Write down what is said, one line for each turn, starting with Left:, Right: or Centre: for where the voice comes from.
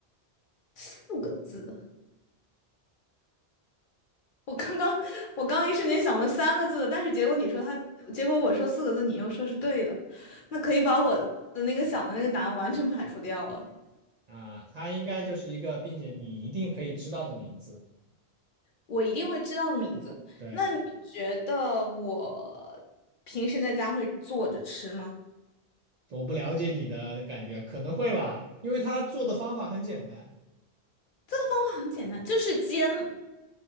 Left: 四个字，我刚刚我刚一瞬间想问三个字的，但是结果你说它，结果我说四个字，你又说是对的，那可以把我的那个想的那个答案完全排除掉了。
Right: 啊，它应该就是一个，并且你一定可以知道的名字。
Left: 我一定会知道的名字。
Right: 对，
Left: 那你觉得我平时在家会做着吃吗？
Right: 我不了解你的感觉，可能会吧，因为他做的方法很简单，
Left: 这个方法很简单，就是煎，